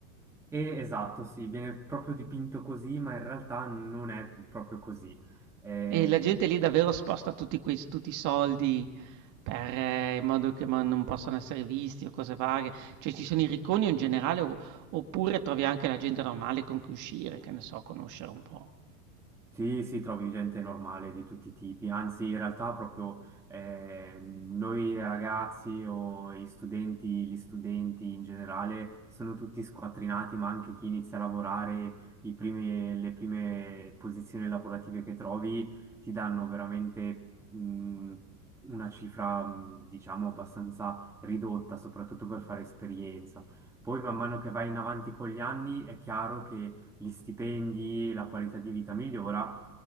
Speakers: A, in the centre; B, on the right (about 40°).
A: E esatto, sì, viene proprio dipinto così, ma in realtà non è proprio così. Eh,
B: E la gente lì davvero sposta tutti quei tutti i soldi per, ehm, in modo che ma non possano essere visti o cose varie. Cioè ci sono i ricconi o in generale o oppure trovi anche la gente normale con cui uscire, che ne so, conoscere un po'.
A: Sì, sì, trovi gente normale di tutti i tipi, anzi in realtà proprio eh, noi ragazzi o i studenti, gli studenti in generale sono tutti squattrinati, ma anche chi inizia a lavorare, i primi- le prime posizioni lavorative che trovi ti danno veramente mh, una cifra, mh, diciamo, abbastanza ridotta, soprattutto per fare esperienza. Poi man mano che vai in avanti con gli anni è chiaro che gli stipendi, la qualità di vita migliora,